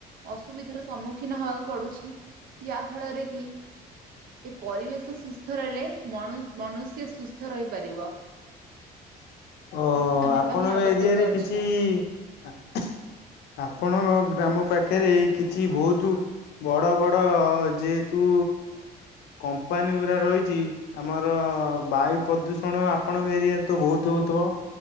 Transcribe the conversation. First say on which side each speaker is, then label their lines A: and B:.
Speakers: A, on the right; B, on the left.
A: ଅସୁବିଧାର ସମ୍ମୁଖୀନ ହେବାକୁ ପଡୁଛି। ଯାହା ଫଳରେ କି ଏ ପରିବେଶ ସୁସ୍ଥ ରହିଲେ ମଣୁ ମନୁଷ୍ୟ ସୁସ୍ଥ ରହିପାରିବ।
B: ଓ
A: ସେଥି ମାନିବା
B: ଆପଣଙ୍କ
A: ହିଁ ଆବଶ୍ୟକ
B: ଏରିଆରେ
A: ଅଛି।
B: କିଛି ଆ ଆପଣଙ୍କ ଗ୍ରାମ ପାଖେରେ କିଛି ଭଉତୁ ବଡ ବଡ ଯେହେତୁ କମ୍ପାନୀ ଗୁୁରା ରହିଛି ଆମର ବାୟୁ ପ୍ରଦୂଷଣ ଆପଣଙ୍କ ଏରିଆରେ ତ ବହୁତ ତୁ ହେଉଥିବ